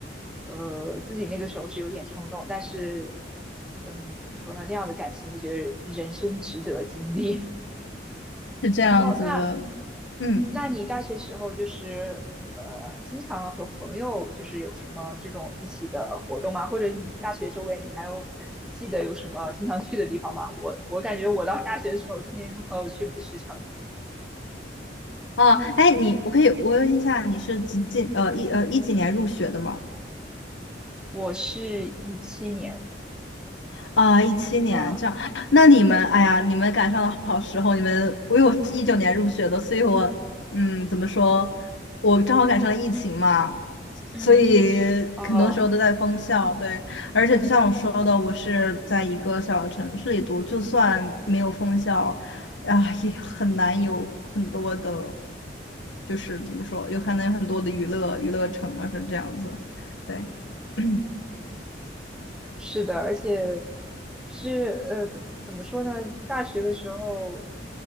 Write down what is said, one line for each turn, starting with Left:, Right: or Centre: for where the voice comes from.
Centre: 呃，自己那个时候是有点冲动，但是嗯，怎么说呢？那样的感情，我觉得人生值得经历。
Left: 是这样子的，
Centre: 然后那
Left: 嗯，
Centre: 那你大学时候就是呃，经常和朋友就是有什么这种一起的活动吗？或者你大学周围你还有记得有什么经常去的地方吗？我我感觉我到大学的时候天天跟朋友去美食城
Left: 哦，哎，你我可以我问一下，你是几几呃一呃一几年入学的吗？
Centre: <laughs>。嗯我是一七年
Left: 啊，一七年这样，
Centre: 啊，
Left: 那你们，
Centre: 嗯
Left: 哎呀，你们赶上了好时候。你们，因为我是一九年入学的，所以我，嗯，怎么说，我正好赶上了疫情嘛，
Centre: 嗯
Left: 所以很多时候都在封校。
Centre: 哦
Left: 对，而且就像我说的，我是在一个小城市里读，就算没有封校，啊，也很难有很多的，就是怎么说，有很难有很多的娱乐娱乐城啊，是这样子。对，
Centre: 嗯，
Left: <clears throat>
Centre: 是的，而且就是呃，怎怎么说呢？大学的时候。